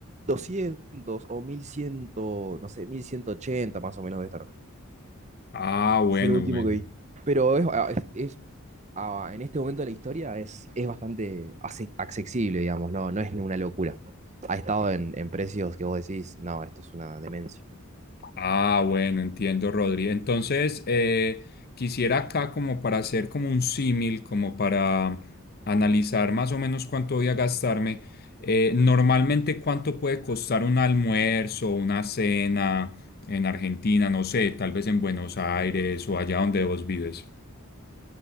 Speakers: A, on the right; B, on the left.
A: doscientos o 1100, no sé, 1180 más o menos debe estar.
B: Ah, bueno,
A: Fue lo último
B: bueno.
A: que vi. Pero es, ah, es- es, ah, en este momento de la historia es, es bastante ace- accesible, digamos, no, no es ninguna locura. Ha estado en, en precios que vos decís, no, esto es una demencia.
B: Ah, bueno, entiendo, Rodri. Entonces, eh, quisiera acá como para hacer como un símil, como para analizar más o menos cuánto voy a gastarme. eh, normalmente, ¿cuánto puede costar un almuerzo, una cena en Argentina? No sé, tal vez en Buenos Aires o allá donde vos vives.